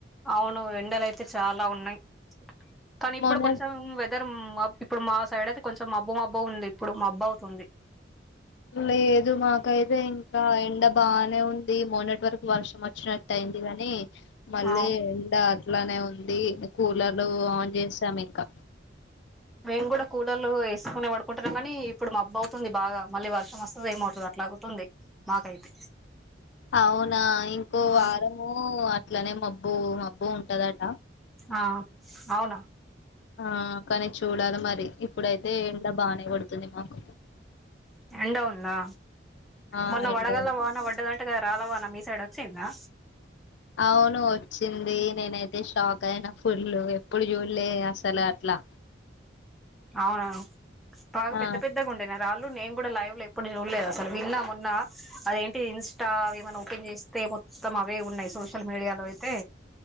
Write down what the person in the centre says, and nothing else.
అవును ఎండలయితే చాలా ఉన్నయి, కనీప్పుడు
కొంచెం వెదర్ మబ్ ఇప్పుడు మా సైడయితే కొంచెం మబ్బు మబ్బుగుంది ఇప్పుడు మబ్బవుతుంది.
ఆ
మేము గూడ కూలర్లు వేసుకునే పడుకుంటున్నాం గనీ ఇప్పుడు మబ్బవుతుంది బాగా, మళ్ళీ వర్షమొస్తదేమో చూడ అట్లా అగుతుంది మాకైతే
ఆ
ఆ అవునా
ఎండ ఉందా
మొన్న
వడగల్ల
వాన బడ్డదంట గద రాళ్ళ వాన, మీ సైడోచ్చిందా?
అవును బాగా
పెద్ద పెద్దగా ఉండన రాళ్లు నే కూడా లైవ్ లో ఎప్పుడు చూడలేదు అసలు విన్నా మొన్న అదేంటి ఇన్స్టా ఏమన్నా ఓపెన్ చేస్తే మొత్తం అవే ఉన్నాయి సోషల్ మీడియాలో అయితే